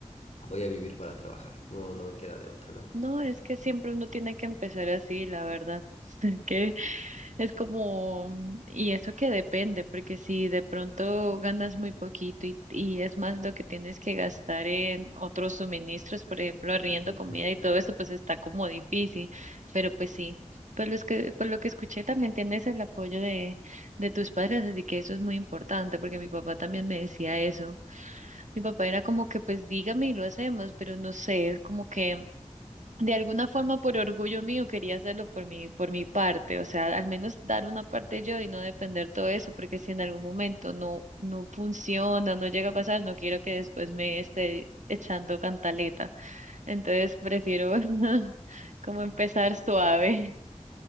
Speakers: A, on the left (about 65°); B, on the right (about 85°).
A: voy a vivir para trabajar. No, no me queda de otra,
B: No, es que siempre uno tiene que empezar así, la verdad. <laughs> Que es como, mm, y eso que depende, porque si de pronto ganas muy poquito y, y es más lo que tienes que gastar en otros suministros, por ejemplo, arriendo,
A: ¿no?
B: comida y todo eso, pues está como difícil. Pero pues sí, por los que, por lo que escuché también tienes el apoyo de, de tus padres, así que eso es muy importante, porque mi papá también me decía eso. Mi papá era como que, pues dígame y lo hacemos, pero no sé, es como que de alguna forma, por orgullo mío, quería hacerlo por mi, por mi parte, o sea, al menos dar una parte yo y no depender todo eso, porque si en algún momento no, no funciona, no llega a pasar, no quiero que después me esté echando cantaleta. Entonces prefiero <laughs> como empezar suave.